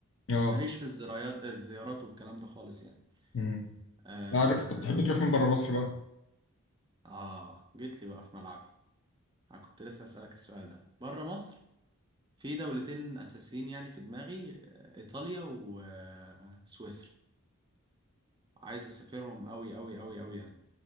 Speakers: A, on the left; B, on the right.
A: اه
B: ماليش في الزرايات الزيارات والكلام ده خالص يعني
A: مم.
B: آه
A: عارف طب تحب تروح فين بره مصر بقى؟
B: آه جيت لي بقى في ملعبي أنا كنت لسه أسألك السؤال ده بره مصر في دولتين أساسيين يعني في دماغي آه، إيطاليا وسويسرا عايز أسافرهم أوي أوي أوي أوي يعني